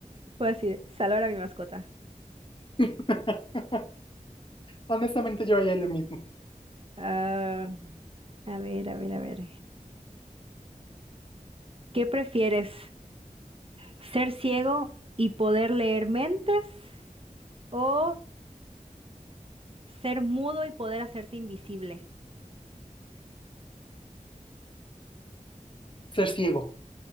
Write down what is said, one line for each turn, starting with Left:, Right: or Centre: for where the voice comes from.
Right: Fue así, de, salvar a mi mascota.
Left: <laughs> Honestamente, yo haría lo mismo.
Right: Ah, a ver, a ver, a ver. ¿Qué prefieres? ¿Ser ciego y poder leer mentes? ¿O ser mudo y poder hacerte invisible
Left: ser ciego